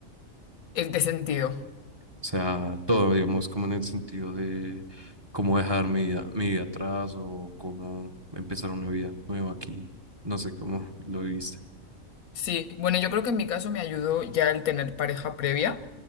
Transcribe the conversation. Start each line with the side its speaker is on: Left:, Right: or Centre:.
Left: ¿En qué sentido?
Right: O sea, todo, digamos, como en el sentido de cómo dejar mi vida, mi vida atrás o cómo empezar una vida nueva aquí. No sé cómo <laughs> lo viviste.
Left: Sí, bueno, yo creo que en mi caso me ayudó ya el tener pareja previa,